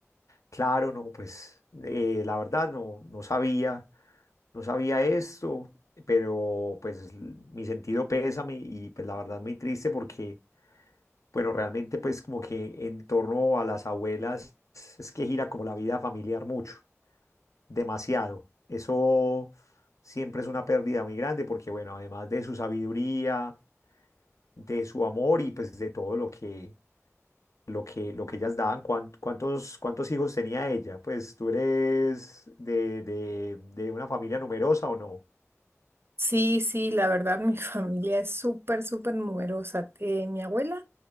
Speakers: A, on the left; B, on the right.
A: Claro, no, pues eh, la verdad no, no sabía, no sabía esto, pero pues l- mi sentido pésame y pues la verdad muy triste porque, bueno, realmente pues como que en torno a las abuelas es que gira como la vida familiar mucho. demasiado. Eso siempre es una pérdida muy grande porque, bueno, además de su sabiduría, de su amor y pues de todo lo que, lo que, lo que ellas daban, cuán- ¿cuántos, cuántos hijos tenía ella? Pues tú eres de, de, de una familia numerosa o no?
B: Sí, sí, la verdad mi <laughs> familia es súper, súper numerosa. Eh, mi abuela